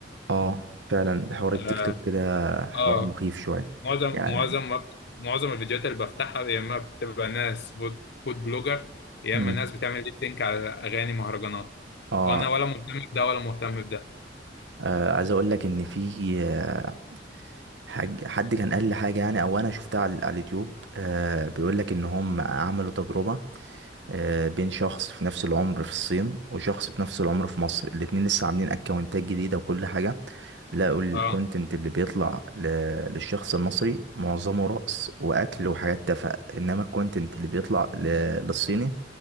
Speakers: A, on the right; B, on the left.
A: اه فعلا حوار
B: اه,
A: التيك توك كده حوار
B: آه
A: مخيف شويه
B: معظم
A: يعني
B: معظم ما- معظم الفيديوهات اللي بفتحها يا اما بتبقى ناس فود فود بلوجر يا
A: مم.
B: اما ناس بتعمل ليب سينك على اغاني مهرجانات
A: اه
B: وانا ولا مهتم بده ولا مهتم بده
A: آه، عايز اقول لك ان في آه، حاج حد كان قال لي حاجه يعني او انا شفتها على على اليوتيوب آه، بيقول لك ان هم عملوا تجربه آه، بين شخص في نفس العمر في الصين وشخص في نفس العمر في مصر الاتنين لسه عاملين اكونتات جديدة وكل حاجة لقوا الكونتنت
B: اه
A: اللي بيطلع ل- للشخص المصري معظمه رقص واكل وحاجات تافهة انما الكونتنت اللي بيطلع ل- للصيني